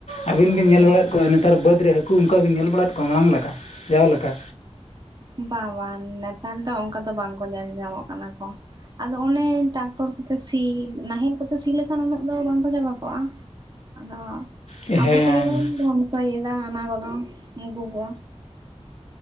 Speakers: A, on the left; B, on the right.
A: ᱟᱹᱵᱤᱱ
B: ᱦᱳᱭ
A: ᱵᱤᱱ ᱧᱮᱞ ᱵᱟᱲᱟ ᱭᱮᱫ ᱠᱚᱣᱟ ᱱᱮᱛᱟᱨ ᱵᱟᱹᱫᱽ ᱨᱮ ᱦᱟᱹᱠᱩ ᱚᱱᱠᱟ ᱵᱤᱱ ᱧᱮᱞ ᱵᱟᱲᱟ ᱭᱮᱫ ᱠᱚᱣᱟ ᱢᱟᱲᱟᱝ ᱞᱮᱠᱟ ᱡᱟᱣ ᱞᱮᱠᱟ
B: ᱵᱟᱝ ᱵᱟᱝ ᱱᱮᱛᱟᱨ ᱫᱚ ᱚᱱᱠᱟ ᱫᱚ ᱵᱟᱝ ᱠᱚ ᱧᱮᱞ ᱧᱟᱢᱚᱜ ᱠᱟᱱᱟ ᱠᱚ ᱟᱫᱚ ᱚᱱᱮ ᱴᱨᱟᱠ ᱴᱚᱨ ᱠᱚᱛᱮ ᱥᱤ ᱱᱟᱦᱮᱞ ᱠᱚᱛᱮ ᱥᱤ ᱞᱮᱠᱷᱟᱱ ᱩᱱᱟᱹᱜ ᱫᱚ ᱵᱟᱝ ᱠᱚ ᱪᱟᱵᱟ ᱠᱚᱜᱼᱟ᱾ ᱟᱫᱚ
A: ᱦᱮᱸ
B: ᱟᱵᱚ ᱛᱮ ᱜᱮ ᱵᱚᱱ ᱫᱷᱚᱝᱥᱚᱭ ᱮᱫᱟ ᱚᱱᱟ ᱠᱚᱫᱚ ᱩᱱᱠᱩ ᱠᱚ